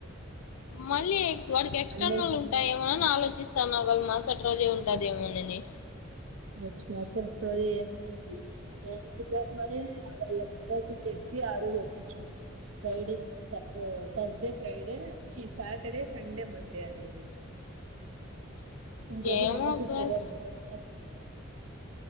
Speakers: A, on the left (about 85°); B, on the right (about 70°).
A: మళ్ళీ వాడికి ఎక్స్టర్నల్
B: అందరు
A: ఉంటాఏమోనని ఆలోచిస్తాన్నా గల్ మా సటి రోజే ఉంటాదేమోనని
B: నెక్స్ట్ మవసట్రోజు ఏం ఉండదు నేను అందుకోసమనే వాళ్ళకి అందరికి చెప్పి ఆ రోజు ఒప్పిచ్చిన ఫ్రైడే థర్స్డే ఫ్రైడే ఛీ సాటర్డే సండే మండే అనేసి ఇంకెప్పుడు
A: ఏమో
B: మనకి
A: గల్
B: కుదరదు మన